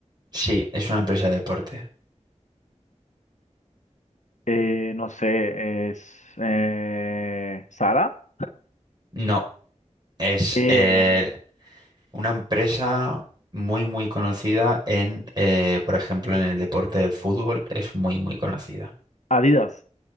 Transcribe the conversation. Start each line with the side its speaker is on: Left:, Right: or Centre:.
Right: Sí, es una empresa de deporte.
Left: Eh, no sé, es eh, Zara.
Right: No, es
Left: Eh,
Right: eh, una empresa muy, muy conocida en, eh, por ejemplo, en el deporte del fútbol, es muy, muy conocida.
Left: Adidas,